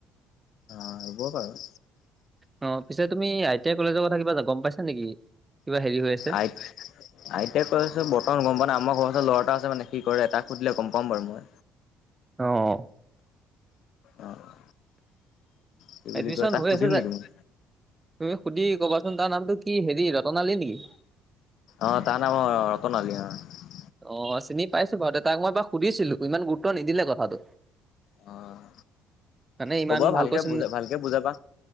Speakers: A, on the left (about 65°); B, on the right (about 20°).
A: অ হ'ব বাৰু
B: অ পিছে তুমি আই টি আই কলেজৰ কথা কিবা গম পাইছা নেকি কিবা হেৰি হৈ আছে
A: আই আইতিয়াই কলেজৰ বৰ্তমান গম পোৱা নাই আমাৰ ঘৰ ওচৰত ল'ৰা এটা মানে সি কৰে তাক সুধিলে গম পাম বাৰু মই
B: অহ অহ
A: অ' কি বুলি
B: এডমিচন
A: কয় তাক
B: হৈ
A: সুধিম
B: আছে যে
A: নেকি মই?
B: উ সুধি ক'বাচোন তাৰ নামটো কি হেৰি ৰতন আলী নেকি
A: অ তাৰ নাম ৰতন আলি অহ
B: অ' চিনি পাইছো বাৰু তাক মই এবাৰ সুধিছিলো ইমান গুৰুত্ব নিদিলে কথাটো
A: অ'
B: মানে ইমান
A: হ'ব
B: ভালকৈ
A: ভালকে
B: চিনি
A: বুজা ভালকে বুজাবা